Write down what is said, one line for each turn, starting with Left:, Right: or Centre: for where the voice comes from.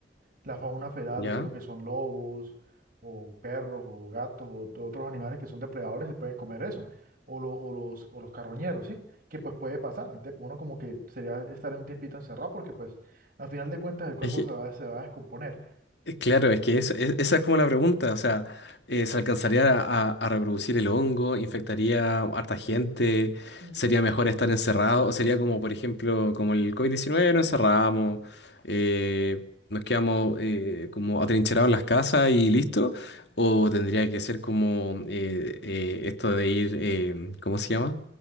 Right: la fauna feral,
Left: ¿Ya?
Right: o sea, lo que son lobos o perros o gatos o to- otros animales que son depredadores se pueden comer eso, o, lo- o los, o los carroñeros, ¿sí? Que pues puede pasar, entonces pues, uno como que sería estar en un tiempito encerrado porque pues al final de cuentas el cuerpo
Left: Es,
Right: se va, se va a descomponer.
Left: Eh, Claro, es que eso- e- esa es como la pregunta, o sea, eh, ¿se alcanzaría a, a reproducir el hongo? ¿Infectaría harta gente?
Right: Y
Left: ¿Sería mejor estar encerrado? ¿O sería como, por ejemplo, como el covid diecinueve, nos encerramos, eh, nos quedamos eh, como atrincherados en las casas y listo? ¿O tendría que ser como eh, eh, esto de ir, eh, ¿cómo se llama?